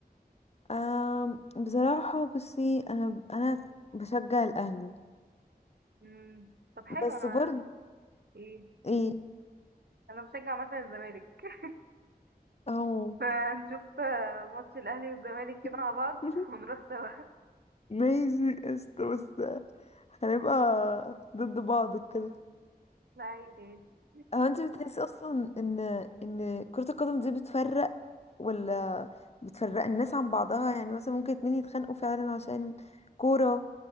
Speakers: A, on the left; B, on the right.
A: آه، بصراحة بصي انا انا بشجع الاهلي
B: مم. طب حلو
A: بس
B: انا
A: برضه
B: ايه
A: ايه
B: انا بشجع مثلا الزمالك <laughs>
A: اهو
B: فنشوف آه، ماتش الاهلي والزمالك
A: <laughs>
B: كده مع بعض <laughs> ونروح سوا
A: ماشي قشطة بس هنبقى ضد بعض كده
B: لا عادي عادي
A: هو انت بتحسي اصلا ان ان كرة القدم دي بتفرق ولا بتفرق الناس عن بعضها يعني مثلا ممكن اتنين يتخانقوا فعلا عشان كورة